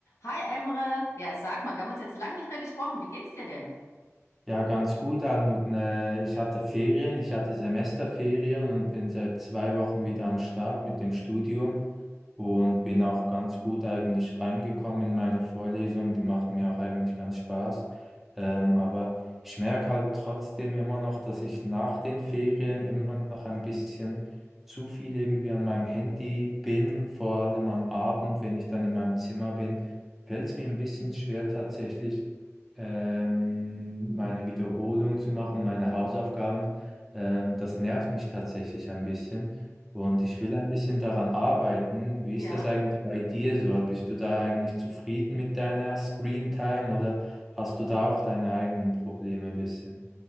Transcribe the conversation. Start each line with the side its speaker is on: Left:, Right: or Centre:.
Left: Hi Emre, ja, sag mal, wir haben uns jetzt lang nicht mehr gesprochen. Wie geht's dir denn?
Centre: Ja, ganz gut, Almut. Ne, Ich hatte Ferien, ich hatte Semesterferien und bin seit zwei Wochen wieder am Start mit dem Studium und bin auch ganz gut eigentlich reingekommen in meine Vorlesungen. Die machen mir auch eigentlich ganz Spaß. Ähm, aber ich merke halt trotzdem immer noch, dass ich nach den Ferien immer noch ein bisschen zu viel irgendwie an meinem Handy bin, vor allem am Abend, wenn ich dann in meinem Zimmer bin, fällt es mir ein bisschen schwer tatsächlich ähm, meine Wiederholung zu machen, meine Hausaufgaben, ähm, das nervt mich tatsächlich ein bisschen. Und ich will ein bisschen daran arbeiten. Wie
Left: Ja,
Centre: ist das eigentlich bei dir so? Bist du da eigentlich zufrieden mit deiner Screen Time oder hast du da auch deine eigenen Probleme ein bisschen?